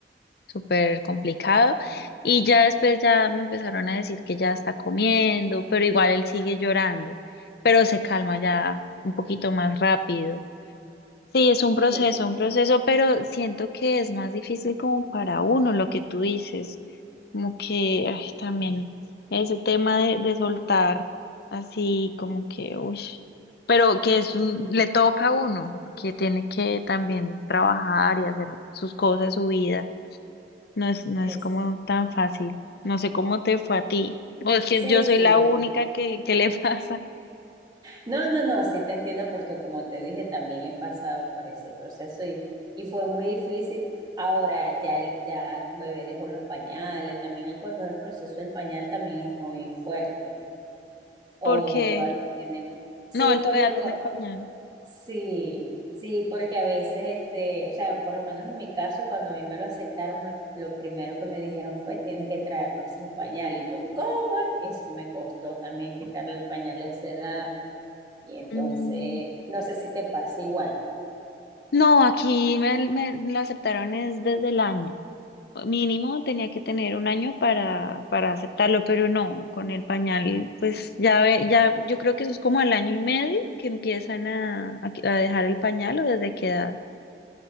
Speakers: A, on the left; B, on the right.
A: súper complicado. Y ya después ya me empezaron a decir que ya está comiendo, pero igual él sigue llorando, pero se calma ya un poquito más rápido. Sí, es un proceso,
B: Y me-
A: un proceso, pero siento que es más difícil como para uno lo que tú dices, como que ay, también ese tema de, de soltar así como que, uy, pero que es un- le toca a uno, porque tiene que también trabajar y hacer sus cosas, su vida, no es, no
B: es-
A: es como tan fácil, no sé cómo te fue a ti, o es que
B: sí,
A: yo
B: sí,
A: soy la única que, que le <laughs> pasa,
B: No, no, no, sí te entiendo porque como te dije, también he pasado por ese proceso y, y fue muy difícil. Ahora ya, el, ya tu bebé dejó los pañales, también el- cuando el proceso del pañal también es muy fuerte o
A: porque,
B: todavía tiene... Sí,
A: no, él
B: porque
A: todavía tiene
B: cua-
A: pañal.
B: sí, sí, porque a veces, este, o sea, por lo menos en mi caso, cuando a mí me lo aceptaron, me- lo primero que me dijeron fue, tienes que traerlo sin pañal. Y yo, ¿cómo? Eso me costó también quitarle el pañal a esa edad. Y entonces,
A: Mm.
B: no sé si te pasa igual.
A: No, aquí me, me lo aceptaron es desde el año. Mínimo tenía que tener un año para, para aceptarlo, pero no, con el pañal, pues ya ve, ya, yo creo que eso es como al año y medio que empiezan a, a, a dejar el pañal o desde qué edad.